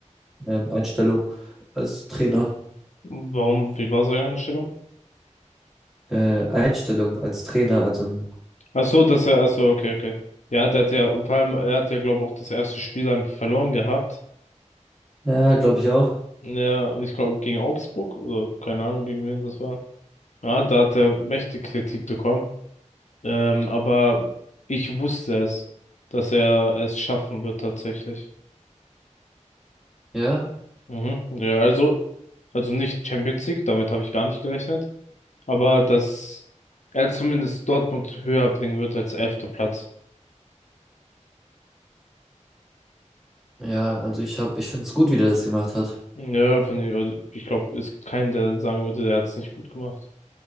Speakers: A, in the centre; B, on the left.
A: ähm, Einstellung als Trainer.
B: Warum, wie war seine Einstellung?
A: Äh, Einstellung als Trainer, also ein,
B: Ach so, dass er, ach so, okay, okay. Ja, der hat ja, vor allem, er hat ja, glaube ich, auch das erste Spiel dann verloren gehabt.
A: ja, glaube ich auch.
B: Ja, ich glaube, gegen Augsburg oder keine Ahnung, gegen wen das war. Ja, da hat er mächtig Kritik bekommen. Ähm, aber ich wusste es, dass er es schaffen wird tatsächlich.
A: Ja,
B: Mhm. Ja, also, also nicht Champions League, damit habe ich gar nicht gerechnet. Aber dass er zumindest Dortmund höher bringen wird als elfter Platz.
A: ja, also ich hab, ich find's gut, wie der das gemacht hat.
B: Ja, finde ich, also ich glaube, es gibt keinen, der sagen würde, der hat es nicht gut gemacht.